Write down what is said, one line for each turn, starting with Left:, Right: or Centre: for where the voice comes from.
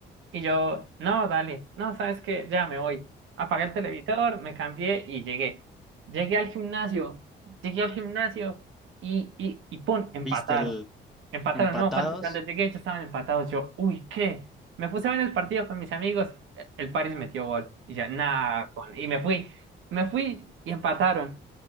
Right: Y yo, no, dale, no, sabes que ya me voy. Apagué el televisor, me cambié y llegué. Llegué al gimnasio, llegué al gimnasio y, y, y pum, empataron.
Centre: Viste el
Right: Empataron,
Centre: empatados,
Right: no, cuando, cuando llegué ya estaban empatados. Yo, uy, ¿qué? Me puse a ver el partido con mis amigos, e- el Paris metió gol. Y yo, nada, y me fui, me fui y empataron.